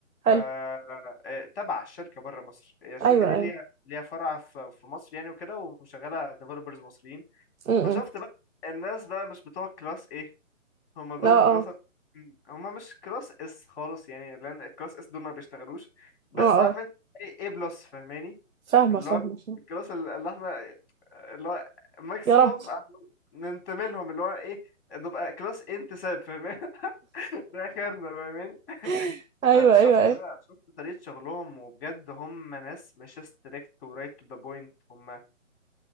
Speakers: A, on the right; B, on the left.
A: حلو
B: ف آه، تبع الشركه بره مصر هي الشركه
A: ايوه
B: دي
A: ايوه
B: ليها ليها فرع في في مصر يعني وكده ومشغله ديفلوبرز مصريين
A: امم
B: فشفت
A: إمم.
B: بقى الناس بقى مش بتوع كلاس ايه هما دول
A: اه
B: مثلا
A: اه
B: هما مش كلاس اس خالص يعني لان الكلاس اس دول ما بيشتغلوش بس
A: اه
B: عارف
A: اه
B: انت ايه بلس فاهماني
A: فاهمه
B: اللي
A: فاهمه
B: هو
A: فاهمه
B: الكلاس اللي احنا اللي هو ماكسيموم
A: يا رب
B: ننتمي لهم اللي هو ايه نبقى كلاس انتساب فاهماني <laughs> ده اخرنا فاهماني
A: <laughs> ايوه
B: فشفت
A: ايوه ايوه
B: بقى شفت طريقة شغلهم وبجد هم ناس مش ستريكت ورايت تو ذا بوينت هم